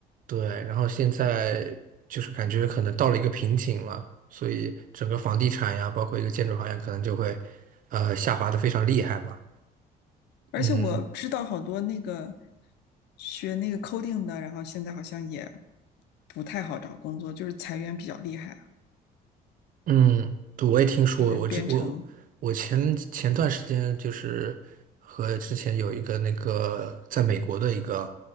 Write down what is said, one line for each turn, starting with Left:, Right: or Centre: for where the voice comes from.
Right: 对，然后现在就是感觉可能到了一个瓶颈了，所以整个房地产呀，包括一个建筑行业，可能就会呃下滑的非常厉害嘛。
Left: 而且我知道好多那个
Right: 嗯。
Left: 学那个 coding 的，然后现在好像也不太好找工作，就是裁员比较厉害啊，
Right: 嗯，对，我也听说过，
Left: 就是编程。
Right: 我这我我前前段时间就是和之前有一个那个在美国的一个